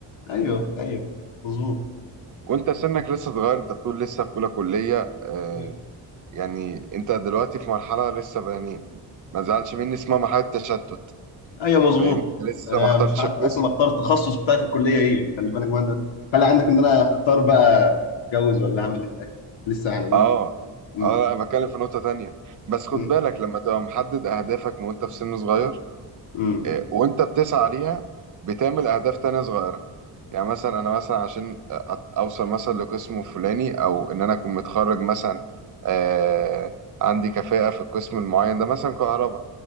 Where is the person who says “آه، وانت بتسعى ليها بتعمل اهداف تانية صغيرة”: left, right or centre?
Right